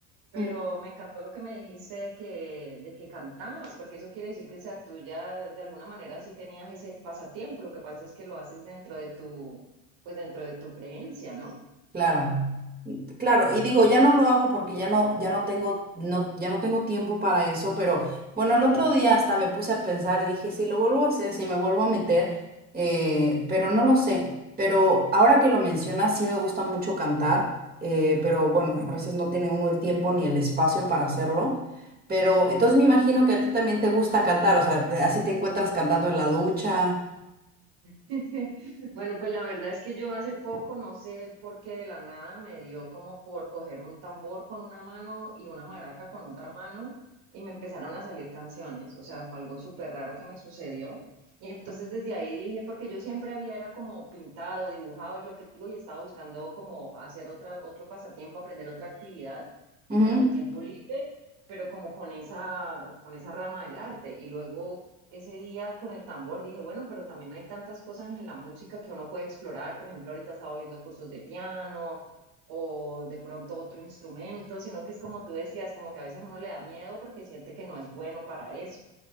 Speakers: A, on the right (about 60°); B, on the right (about 20°).
A: pero
B: Ujú.
A: me encantó lo que me dijiste de que, de que cantabas, porque eso quiere decir que sea tuya, de alguna manera sí tenías ese pasatiempo, lo que pasa es que lo haces dentro de tu, pues dentro de tu creencia, ¿no?
B: Claro. Claro, y digo, ya no lo hago porque ya no, ya no tengo, no, ya no tengo tiempo para eso, pero bueno, el otro día hasta me puse a pensar y dije, si lo vuelvo a hacer, si me vuelvo a meter, eh, pero no lo sé. Pero ahora que lo mencionas, sí me gusta mucho cantar, eh, pero bueno, a veces no tiene uno el tiempo ni el espacio para hacerlo. Pero entonces me imagino que a ti también te gusta cantar, o sea, te- así te encuentras cantando en la ducha.
A: <laughs> Bueno, pues la verdad es que yo hace poco, no sé por qué de la nada, me dio como por coger un tambor con una mano y una maraca con otra mano y me empezaron a salir canciones. O sea, fue algo súper raro que me sucedió. Y entonces desde ahí dije, porque yo siempre había era como pintado, dibujado, lo que digo, y estaba buscando como hacer otra, otro pasatiempo, aprender otra actividad
B: Ujú.
A: para mi tiempo libre, pero como con esa, con esa rama del arte. Y luego ese día con el tambor dije, bueno, pero también hay tantas cosas en la música que uno puede explorar. Por ejemplo, ahorita estaba viendo cursos de piano o de pronto otro instrumento, sino que es como tú decías, como que a veces uno le da miedo porque siente que no es bueno para eso.